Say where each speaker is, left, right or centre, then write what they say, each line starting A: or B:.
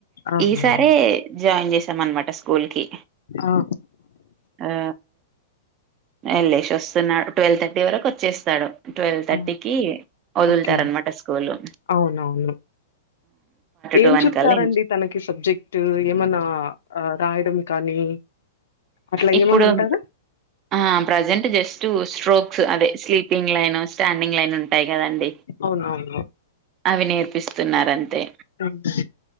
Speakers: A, on the left; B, on the right.
A: ఆహా!
B: ఈసారే జాయిన్ చేసాం అనమాట స్కూల్ కి
A: ఆహా!
B: ఆ వెల్లేసి వస్తున్నాడు ట్వెల్వ్ థర్టీ వరకు వచ్చేస్తాడు ట్వెల్వ్ థర్టీకి
A: ఆ!
B: వదులుతారు
A: ఓకే.
B: అనమాట స్కూలు
A: అవునవును ఏం
B: టూ వన్
A: చెప్తారండి
B: కల్లా
A: తనకి సబ్జెక్ట్ ఏమన్నా రాయడం కానీ అట్లా
B: ఇప్పుడు
A: ఏమన్నా ఉంటదా
B: ఆ ప్రజెంట్ జస్ట్ స్ట్రోక్స్ అదే స్లీపింగ్ లైన్ స్టాండింగ్ లైన్ ఉంటాయి కదాండి
A: అవునవును
B: అవి నేర్పిస్తున్నారు అంతే
A: అవునండి